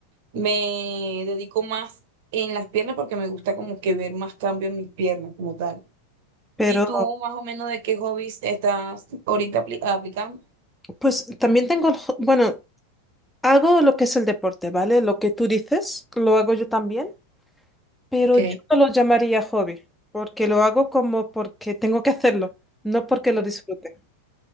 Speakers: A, on the right (about 50°); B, in the centre.
A: Me dedico más en las piernas porque me gusta como que ver más cambio en mis piernas como tal.
B: pero
A: ¿Y tú más o menos de qué hobbies estás ahorita apli- aplicando?
B: pues también tengo, el jo- bueno, hago lo que es el deporte, ¿vale? Lo que tú dices, lo hago yo también, pero
A: Ok.
B: yo no lo llamaría hobby, porque lo hago como porque tengo que hacerlo, no porque lo disfrute.